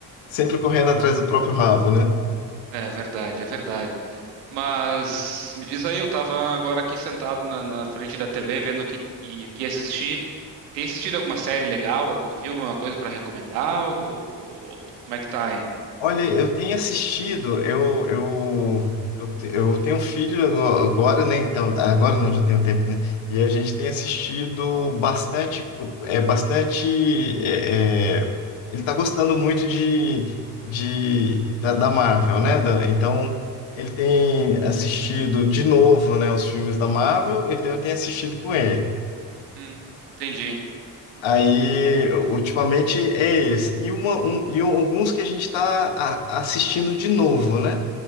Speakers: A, on the left (about 70°); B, on the right (about 85°).
A: sempre correndo atrás do próprio rabo, né?
B: É verdade, é verdade. Mas me diz aí, eu tava agora aqui sentado na, na frente da TV vendo o que, e- o que assistir. Tem assistido alguma série legal, algum filme, alguma coisa pra recomendar? Ou, ou- ou- ou como é que tá, hein?
A: Olha, eu tenho assistido, eu, eu, eu, te- eu tenho um filho agora, né? Então, agora não, já tenho tempo, né? E a gente tem assistido bastante, é bastante, é, é, ele tá gostando muito de, de da, da Marvel, né? da- então, ele tem assistido de novo, né, os filmes da Marvel, então eu tenho assistido com ele.
B: Hum, entendi.
A: Aí, ultimamente é esse. E, uma, um, e alguns que a gente está assistindo de novo, né?